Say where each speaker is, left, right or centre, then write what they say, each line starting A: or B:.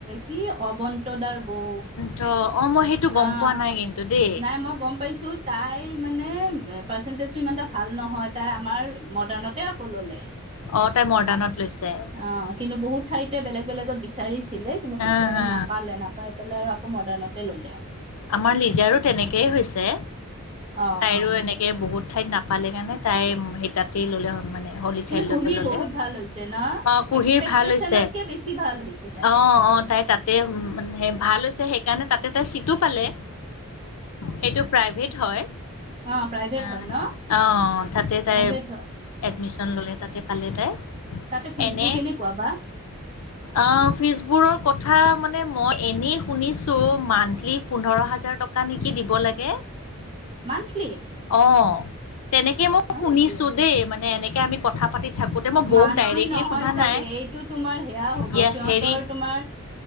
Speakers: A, on the right; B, on the left.
A: কি অৱন্ত দাৰ বৌ
B: ত' অঁ', মই সেইটো গম
A: আহ
B: পোৱা নাই কিন্তু দেই।
A: নাই মই গম পাইছো তাইৰ মানে পাৰ্চেন্টেজটো ইমান এটা ভাল নহয় তাই আমাৰ মডাৰ্ণতে আকৌ ললে।
B: অ', তাই মৰ্ডাৰ্ণত লৈছে।
A: অ', কিন্তু বহুত ঠাইতে বেলেগ বেলেগত বিচাৰিছিলে কিন্তু পিছ
B: আহ হা
A: নাপালে নাপায় পেলাই আৰু আকৌ মডাৰ্ণতে ললে।
B: আমাৰ লিজাৰো তেনেকেই হৈছে
A: অ
B: তাইৰো এনেকে বহুত ঠাইত নাপালে কাৰণে তাই সেইটাতেই ল'লে হ' মানে। হলিচাইডতে
A: কিন্তু কুহিৰ
B: ললে
A: বহুত ভাল হৈছে ন
B: অ', কুহিৰ
A: এক্সপেক্টেশচনতকে
B: ভাল হৈছে।
A: বেছি ভাল হৈছে তাইৰ
B: অ', অ', তাই তাতে ভাল হৈছে সেইকাৰণে তাতে তাই চিটো পালে। সেইটো প্ৰাইভেট হয়।
A: অ প্ৰাইভেট
B: আহ
A: হয় ন
B: আহ তাতে তাই
A: প্ৰাইভেট হয়
B: এডমিশন ল'লে তাতে পালে তাই।
A: তাতে ফিজবোৰ
B: এনে
A: কেনেকুৱা বা?
B: অ', ফিজবোৰৰ কথা মানে মই এনেই শুনিছো মন্থলী পোন্ধৰ হাজাৰ টকা নেকি দিব লাগে।
A: মন্থলী?
B: অ', তেনেকে মই শুনিছো
A: নেকি?
B: দেই মানে এনেকে আমি কথা পাতি থাকোঁতে মই বৌক
A: মান্থলি
B: ডাইৰেক্টলি
A: নহয়
B: সোধা
A: চাগে
B: নাই
A: এইটো তোমাৰ সেয়া হ'ব
B: ইয়া
A: সিহঁতৰ
B: হেৰি
A: তোমাৰ